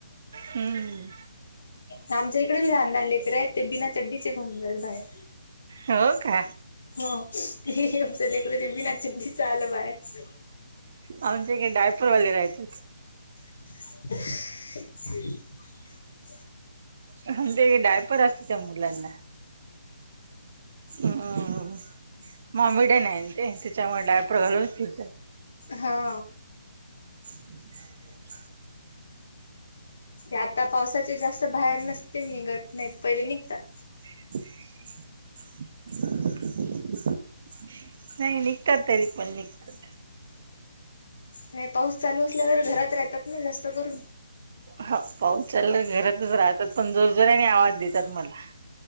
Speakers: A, on the right; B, on the left.
A: हम्म
B: आमच. इकडे बी लहान लह लेकर आहेत ते बिना चड्डीचेुंजात बाहेर
A: हो का?
B: हो हे आमचं लेकड ते बनाी चालं बाहेर
A: आमच्या काडे डायपूरवाले राहत.
B: ह.
A: म्हण ते डायपर असत त्या मुलांना हम ममबड नाही ते त्याच्यामुळे डायपर घालून फिरतात.
B: हा.
A: <unintelligible>
B: आता पावसाचे जास्त बाहेर नसते निघत नाहीत पहिले निघतात.
A: <unintelligible> नाही निघतात तरी पण निघतात.
B: नाही पाऊस चालू असल्यावर घरात राहतात ना जास्त करून
A: ह पाऊस चालला घरातच राहतात पण जोर जरा आणि आवाज देतात मला